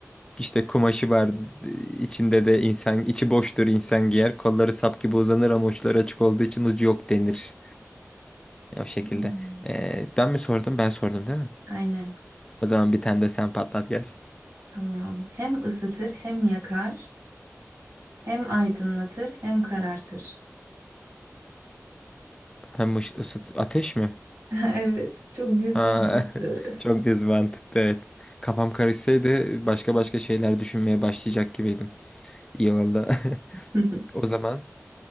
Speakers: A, on the left (about 15°); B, on the right (about 70°).
A: işte kumaşı var. İçinde de insan, içi boştur insan giyer. Kolları sap gibi uzanır ama uçları açık olduğu için ucu yok denir. O şekilde.
B: Hmm.
A: E, ben mi sordum? Ben sordum değil mi?
B: Aynen.
A: O zaman bir tane de sen patlat gelsin.
B: Tamam. Hem ısıtır, hem yakar, hem aydınlatır, hem karartır.
A: Hem ış- ısıt ateş mi?
B: <laughs> Evet, çok düz
A: Ha,
B: mantıklı.
A: <laughs> çok düz mantıklı evet. Kafam karışsaydı başka başka şeyler düşünmeye başlayacak gibiydim. İyi oldu. <laughs>
B: <laughs>
A: O zaman